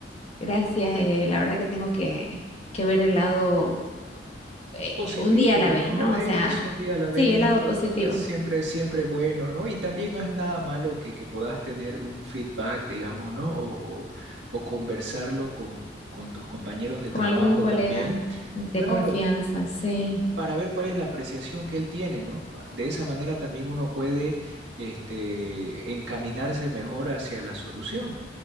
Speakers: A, on the left; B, on the right.
A: gracias, eh, la verdad que tengo que, que ver el lado eh,
B: positivo,
A: un día a la vez,
B: ¿no?
A: ¿no?
B: Es
A: O sea,
B: un día a la vez,
A: sí, el lado
B: todo
A: positivo,
B: es siempre, siempre bueno, ¿no? Y también no es nada malo que, que puedas tener un feedback, digamos, ¿no? O, o, o conversarlo con, con tus compañeros de trabajo
A: con algún colega
B: también.
A: de
B: Claro,
A: confianza, sí,
B: eh, para ver cuál es la apreciación que él tiene, ¿no? Pa- De esa manera también uno puede, este, encaminarse mejor hacia la solución,